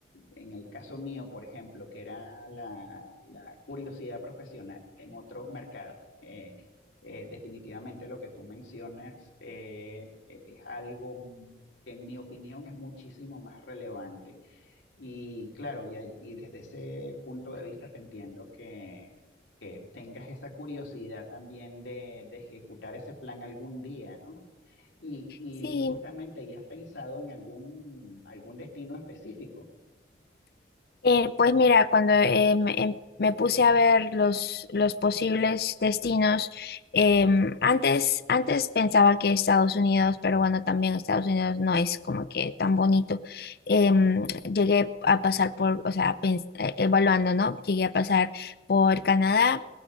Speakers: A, on the left; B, on the left.
A: en el caso mío, por ejemplo, que era la, la curiosidad profesional en otros mercados. Eh, eh, definitivamente lo que tú mencionas eh, es algo que en mi opinión es muchísimo más relevante y claro, y, ahí- y desde ese punto de vista te entiendo que, que tengas esa curiosidad también de, de ejecutar ese plan algún día, ¿no? Y, y
B: Sí,
A: justamente, ¿y has pensado en algún, algún destino específico?
B: Eh, pues mira, cuando eh, me, em- me puse a ver los, los posibles destinos, em, antes, antes pensaba que Estados Unidos, pero bueno, también Estados Unidos no es como que tan bonito. Em, llegué a pasar por, o sea, pens- eh, evaluando, ¿no? Llegué a pasar por Canadá,